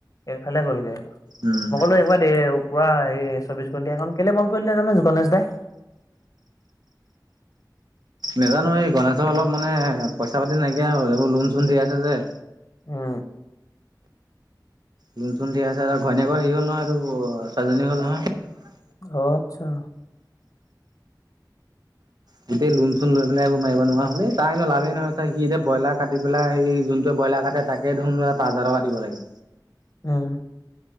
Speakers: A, on the left; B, on the right.
A: এইফালে গলগেৌ
B: উম
A: মই কলো একবাৰ দে পূৰা এই চৌবিশ ঘন্টি এখন কেলে বন্ধ কৰি দিলে জানো যোগণেশ দাই
B: নেজানো এই গণেশৰ অলপ মানে পইচা পাতি নাইকিয়া হ'ল এইবোৰ লোণ চোন ধেই আছে যে।
A: উম।
B: যোন চোন ে আছে আৰু ঘৈণীয়েকৰ হেৰি হ'ল নহয় আৰু ছোৱালজনী হ'ল নহয়
A: অ আচ্ছা।
B: গোটেই লোণ চোণ লৈ পেলাই এইবোৰ মাৰিব নোৱাৰা হ'লে তাৰ লাভেই নহয় সি এতিয়া ব্ৰইলাৰ কাটি পেলাই সেই যোনটোৱে ব্ৰইলাৰ কাটে তাকে দেখোন পাঁচ হাজাৰ টকা দিব লাগে।
A: উম।